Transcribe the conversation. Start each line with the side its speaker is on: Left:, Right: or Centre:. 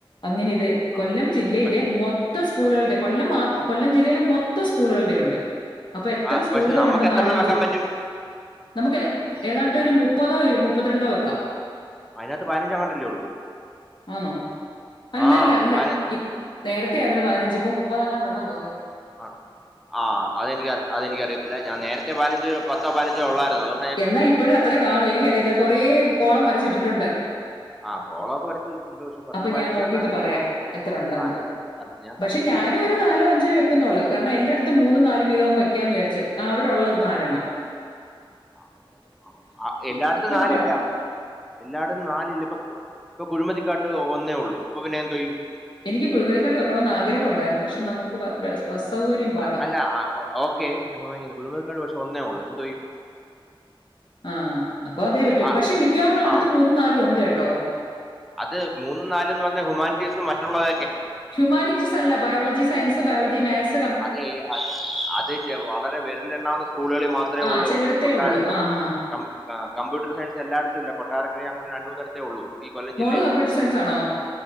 Left: അങ്ങനെ ഇത് കൊല്ലം
Centre: ആ
Left: ജില്ലയിലെ
Centre: പക്ഷെ
Left: മൊത്തം സ്കൂളൾടെ
Centre: ആ,
Left: കൊല്ലംമാ കൊല്ലം ജില്ലയിലെ മൊത്തം സ്കൂൾകളുടെ ഉണ്ട് അപ്പോ എത്ര
Centre: ആ,
Left: സ്കൂളുകളുണ്ടന്ന്
Centre: പക്ഷെ നമുക്ക് എത്ര
Left: ആലോയ്ചു
Centre: എണ്ണം വെക്കാൻ പറ്റും
Left: നമുക്ക് എത് ഏതാണ്ട് ഒരു മുപ്പത് <unintelligible> മുപ്പത്തി രണ്ടോ വെക്കാം
Centre: അയിനകത്ത് പതിനഞ്ച്ങ്ങാൻ ഇണ്ട് ലെ ഉള്ളൂ
Left: ആണോ? അല്ലല്ല
Centre: ആ
Left: അല്ല
Centre: പതിന
Left: ഇ നേരത്തെ ആയിരുന്നു പതിനഞ്ച് ഇപ്പോ മു പ്പതെങ്ങാൻ ഉണ്ടന്നേ
Centre: അ ആ അതെനിക്കറിയ അതെനിക്കറിയത്തില്ല ഞാൻ നേരത്തെ പതിനഞ്ച് പത്തോ പതിനഞ്ചോ ഉള്ളായിരുന്നു അതോ
Left: എന്നാ ഇപ്പഴും അത്രേ കാണൂ എനിക്കറിയത്തില്ല കൊറേ കോളം വരച്ചിട്ടിട്ടുണ്ട്
Centre: ആ കോളമൊക്കെ വരച്ചിട്ടുണ്ട് പക്ഷെ പത്തോ
Left: അപ്പ
Centre: പതിനഞ്ചോ
Left: ഞാൻ നോക്കീട്ട്
Centre: എണ്ണായിടത്തേ
Left: പറയാം
Centre: ഉള്ളൂ
Left: എത്ര ഉണ്ടെന്ന്
Centre: ആ അല്ല ഞാൻ ത- ഞാൻ
Left: പക്ഷേ
Centre: തർക്കിക്കാൻ
Left: ഞാനും
Centre: വേണ്ടി പറഞ്ഞതല്ല
Left: ഒരു നാലോ അഞ്ചോ വെക്കുന്നുള്ളൂ കാരണം എല്ലാടത്തും മൂന്നും നാലും വീതം അങ്ങ് വെക്കാന്ന് വിചാരിച്ചു ച്ച് ആ അവിടുള്ളത് നാലെണ്ണം
Centre: അ അ എല്ലാടത്തും നാലില്ല
Left: പ
Centre: എല്ലാടത്തും നാലില്ല ഇപ്പോ ഇപ്പോ കുഴിമതിക്കാട്ട് ഒന്നേ ഉള്ളു അപ്പ പിന്നെ എന്തോ ചെയ്യും
Left: എനിക്ക് കുഴിമതിക്കാട്ട് വെക്കണംന്ന് ആഗ്രഹം ഉണ്ടായിരുന്നു പക്ഷേ നമ്മുക്ക് വ ബസ് ബസ് സൗകര്യം പാടാ.
Centre: അ അല്ല അ ഓക്കെ കുഴിമതികാട് പക്ഷേ ഒന്നേ ഉള്ളൂ എന്തോ ചെയ്യും.
Left: ആ അപ്പ അതേ പറ്റൂ
Centre: ആ
Left: പക്ഷേ മിക്കവാറും ഉള്ളടേത്ത്
Centre: ആ,
Left: മൂന്നും നാലും ഉണ്ട് കേ ട്ടോ
Centre: അത് മൂന്നും നാലും ന്ന് പറഞ്ഞ ഹുമാനിറ്റീസും മറ്റുള്ളവ
Left: ഹ്യൂമാനിസ്റ്റീസ് അല്ല biology science biology maths
Centre: അതേ അ അത് ചെ വളരെ വെരലിലെണ്ണാവുന്ന സ്‌കൂളുകളിൽ മാത്രേ
Left: ആ
Centre: ഉള്ളൂ
Left: ചിലടത്തേ
Centre: കൊട്ടാ
Left: ഉള്ളൂ. ആ, ആ.
Centre: കം ആഹ് കംപ്യൂട്ടർ സയൻസ് എല്ലാടത്തും ഇല്ല കൊട്ടാരക്കര അങ്ങനെ ര ണ്ട്മൂന്നെടത്തെ ഒള്ളൂ ഈ കൊല്ലം ജില്ലയില്
Left: മോള് കമ്പ്യൂട്ടർ സയൻസ് ആണോ?